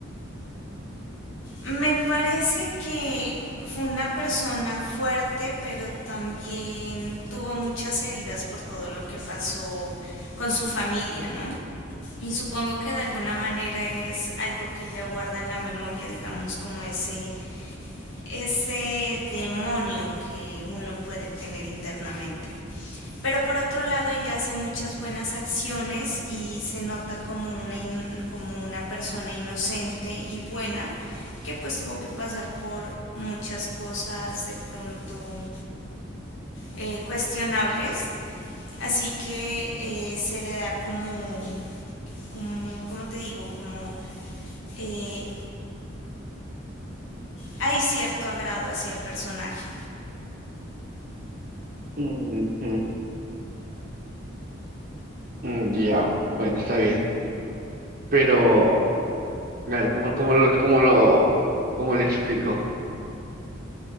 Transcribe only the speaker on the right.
Ujú. Mm, Ya, Bueno, está bien. Pero Claro, como, como lo, como lo, como le explico.